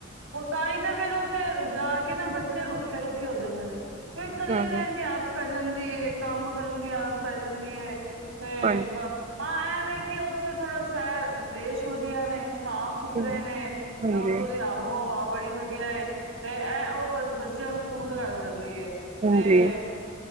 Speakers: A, on the right; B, on the right.
A: ਉਹ ਤਾਂ ਹੀ ਤੇ ਫੇਰ ਉੱਥੇ ਜਾ ਕੇ ਨਾ ਬੱਚੇ ਰੁੱਖੇ-ਰੁੱਖੇ ਹੋ ਜਾਂਦੇ ਨੇ। ਫਿਰ ਇਕੱਲੇ
B: ਹਾਂ
A: ਰਹਿਣ ਦੀ ਆਦਤ ਪੈ ਜਾਂਦੀ। ਏ ਕੰਮ ਕਰਨ ਦੀ ਆਦਤ ਪੈ ਜਾਂਦੀ ਹੈਂ। ਤੇ
B: ਹਾਂਜੀ
A: ਹਾਂ ਐਵੇਂ ਕਿ ਇੱਥੇ ਥੋੜਾ ਸ਼ਹਿਰ ਦੇਸ਼ ਵਧੀਆ ਨੇ, ਸਾਫ ਸੁਥਰੇ
B: ਹਾਂਜੀ
A: ਨੇ, ਮੈਂ ਉੱਥੋਂ ਦੀ ਆਬੋ ਹਵਾ ਬੜੀ ਵਧੀਆ, ਤੇ ਇਹ ਉਹ ਬ ਬੱਚਿਆਂ ਨੂੰ ਸੂਟ ਕਰ ਦਿੱ ਹੁੰਦੀ, ਤੇ
B: ਹਾਂਜੀ